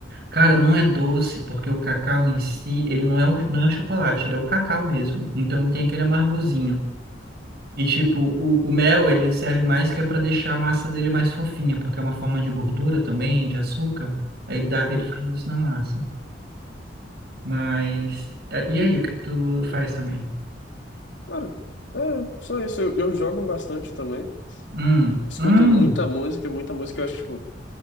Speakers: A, on the right; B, on the left.
A: Cara, não é doce, porque o cacau em si, ele não é, o, não é chocolate, ele é o cacau mesmo. Então tem aquele amargozinho. E tipo, o, o mel, ele serve mais que é para deixar a massa dele mais fofinha, porque é uma forma de gordura também, de açúcar. Aí ele dá,
B: Uhum.
A: ele faz isso na massa. Mas, eh, e aí, o que que tu faz também?
B: Cara, é, só isso, eu, eu jogo bastante também,
A: Hum,
B: escuto
A: hum,
B: muita música, muita música, eu acho, tipo,